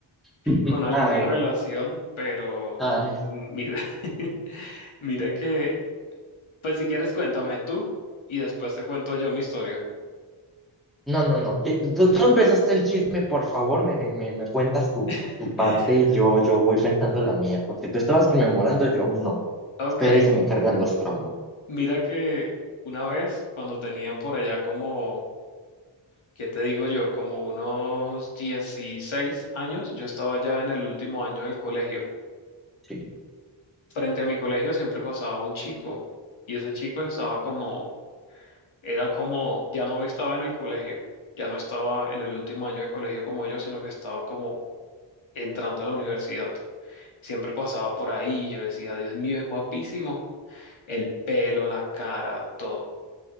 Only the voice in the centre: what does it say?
Ujú.
Ay,
ay.
No, no, no. Eh, Tú, tú empezaste el chisme, por favor, me, me, me cuentas tu,
tu parte y yo, yo voy pensando la mía, porque tú estabas rememorando, yo aún no.
Espera y se me cargan los traumas.
Sí,